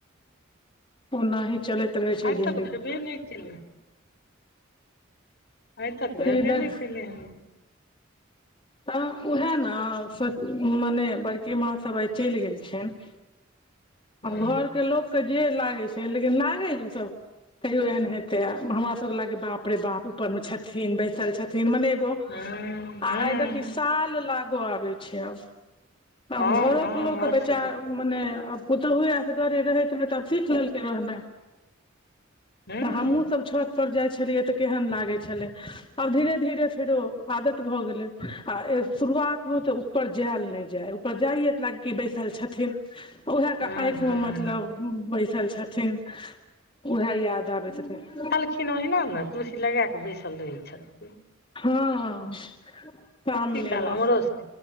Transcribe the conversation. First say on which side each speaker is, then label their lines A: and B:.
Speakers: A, on the left; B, on the left.
A: ओना ही चलैत रहै छै
B: आइ
A: जिन्दगी
B: तक भेबे नर केलै आइ त भेबे
A: ई
B: नय कैलै हन
A: तऽ उएह ने मने बड़की माँ सभ आइ चलि गेलखिन आब
B: हूँ
A: घर के लोक के जे लागे छै लेकिन लागे जेसभ कहियो एहन हेते तऽ हमरा सबके लागै बाप रे बाप ऊपर मे छथिन बैसल छथिन मने एगो
B: हूँ
A: आ
B: हूँ
A: आइ देखी साल लागऽ आबै छै आब
B: हँ
A: आब घरो
B: हँ
A: कऽ लोक केँ
B: अछि
A: बेचा
B: हूँ
A: मने आब पुतोहुए असगरे रहेत रहैत आब सीख लेलकै रहनाइ
B: हूँ
A: तऽ हमहूँसभ छत पर जाइ छलियै तऽ केहेन लागै छलै आब धीरे धीरे फेरो आदत भऽ गेले आ ए शुरुआत मे तऽ ऊपर जैल नय जाय ऊपर जाइय लागै की बैसल छथिन उहै टा
B: हूँ
A: आँइख
B: हूँ
A: मऽ मतलब बैसल छथिन उहै याद आबैत रहै
B: खिन ओहिना नऽ कुर्सी लगै कऽ बैसल रहै छ
A: हँ सामनेमे
B: कती काल हमरो सँ